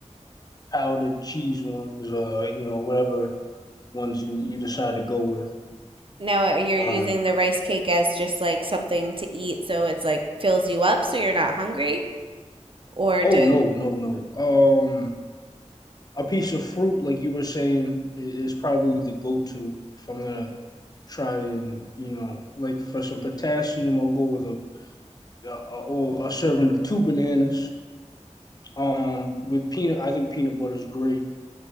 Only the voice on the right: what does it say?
now uh, you're using
the rice cake as just like something to eat, so it's like fills you up so you're not hungry, or
do